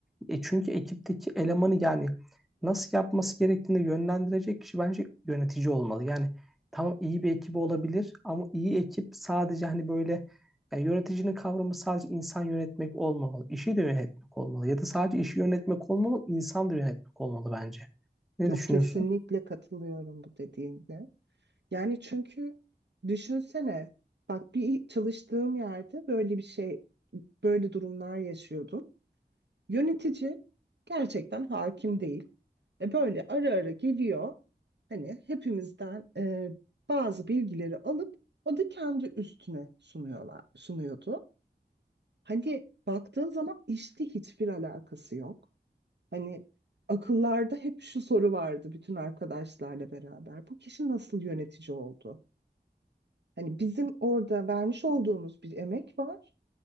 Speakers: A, in the centre; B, on the right.
A: E çünkü ekipteki elemanı yani nasıl yapması gerektiğini yönlendirecek kişi bence yönetici olmalı. Yani tamam iyi bir ekibi olabilir ama iyi ekip sadece hani böyle yani yöneticinin kavramı sadece insan yönetmek olmamalı. İşi de yönetmek olmalı. Ya da sadece işi yönetmek olmamalı, insan da yönetmek olmalı bence. Ne
B: Yok
A: düşünüyorsun?
B: kesinlikle katılıyorum bu dediğinde. Yani çünkü düşünsene bak bir çalıştığım yerde böyle bir şey böyle durumlar yaşıyordum. Yönetici gerçekten hakim değil. E böyle ara ara geliyor. Hani hepimizden e, bazı bilgileri alıp o da kendi üstüne sunuyorlar, sunuyordu. Hani baktığın zaman işte hiçbir alakası yok. Hani akıllarda hep şu soru vardı bütün arkadaşlarla beraber. Bu kişi nasıl yönetici oldu? Hani bizim orada vermiş olduğumuz bir emek var